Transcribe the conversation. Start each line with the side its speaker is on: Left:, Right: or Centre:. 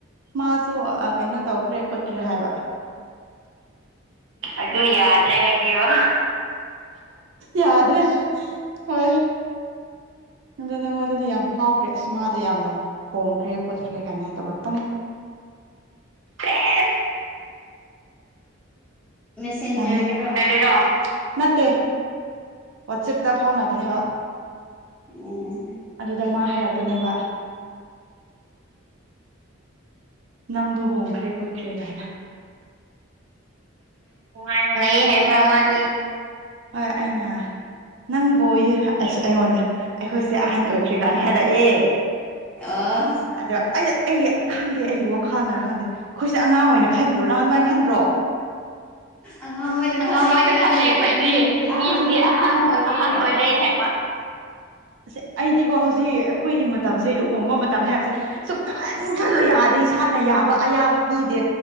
Right: ꯃꯥꯁꯨ ꯀꯩꯅꯣ ꯇꯧꯈ꯭ꯔꯦ ꯈꯣꯠꯈ꯭ꯔꯦ ꯍꯥꯏꯕ ꯑꯗꯨ ꯌꯥꯗ꯭ꯔꯦ ꯍꯥꯏꯕꯤꯔꯣ ꯌꯥꯗ꯭ꯔꯦ ꯍꯣꯏ ꯑ ꯅꯪꯉꯣꯟꯗꯗꯤ ꯌꯥꯝ ꯐꯥꯎꯈ꯭ꯔꯦ ꯑꯁ ꯃꯥꯗꯣ ꯌꯥꯝꯅ ꯍꯣꯡꯈ꯭ꯔꯦ ꯈꯣꯠꯈ꯭ꯔꯦ ꯀꯥꯏꯅ ꯇꯧꯔꯛꯄꯅꯦ ꯑꯦ
Centre: ꯃꯦꯁꯦꯟꯖꯔꯗꯨꯔꯣ
Right: ꯌꯥꯝ <unintelligible> ꯅꯠꯇꯦ ꯋꯥꯆꯦꯞꯇ ꯐꯥꯎꯅꯕꯅꯦꯕ
Centre: ꯎꯝ
Right: ꯑꯗꯨꯗ ꯃꯥ ꯍꯥꯏꯔꯛꯄꯅꯦꯕ ꯅꯪꯗꯣ ꯍꯣꯡꯈ꯭ꯔꯦ ꯈꯣꯠꯈ꯭ꯔꯦ ꯀꯥꯏꯅ ꯅꯨꯡꯉꯥꯏꯅ ꯂꯩꯌꯦꯕ꯭ꯔꯥ ꯃꯥꯗꯤ ꯍꯣꯏ ꯑꯩꯅ ꯅꯪꯕꯨ ꯑꯁ ꯑꯩꯉꯣꯟꯗ ꯑꯩꯈꯣꯏꯁꯦ ꯑꯍꯟ ꯑꯣꯏꯈ꯭ꯔꯦ ꯀꯥꯏꯅ ꯍꯥꯏꯔꯛꯑꯦ
Centre: ꯑꯥ
Right: ꯑꯗ ꯑꯩ ꯑꯩꯒꯤ ꯈꯪꯗꯦ ꯑꯩꯒꯤ ꯋꯥꯈꯜꯅꯔ ꯈꯪꯗꯦ ꯑꯩꯈꯣꯏꯁꯦ ꯑꯉꯥꯡ ꯑꯣꯏꯅ ꯈꯟꯗ꯭ꯔꯣ ꯅꯪ ꯑꯗꯨꯃꯥꯏꯅ ꯈꯟꯗ꯭ꯔꯣ
Centre: ꯑꯉꯥꯡ ꯑꯣꯏꯅ ꯈꯜꯂꯦ
Right: ꯑꯉꯥꯡ
Centre: ꯑꯩꯈꯣꯏꯗꯤ
Right: ꯑꯣꯏꯅ ꯈꯟꯂꯩ ꯑꯩꯈꯣꯏꯗꯤ
Centre: ꯃꯤꯅꯗꯤ ꯑꯍꯟ
Right: ꯃꯤꯅꯗꯤ ꯑꯍꯟ
Centre: ꯑꯣꯏꯔꯦ
Right: ꯑꯍꯟ
Centre: ꯍꯥꯏꯕ
Right: ꯑꯣꯏꯔꯦ ꯍꯥꯏꯕ ꯑꯁ ꯑꯩꯗꯤꯀꯣ ꯍꯧꯖꯤꯛ ꯑꯩꯈꯣꯏꯒꯤ ꯃꯇꯝꯁꯦ ꯂꯨꯍꯣꯡꯕ ꯃꯇꯝꯅꯦ ꯍꯥꯏꯕꯁꯦ ꯁꯨ ꯀꯟ ꯈꯜꯂꯣ ꯌꯥꯗꯦ ꯏꯁꯥꯅ ꯌꯥꯕ ꯑꯌꯥꯕ ꯄꯤꯗꯦ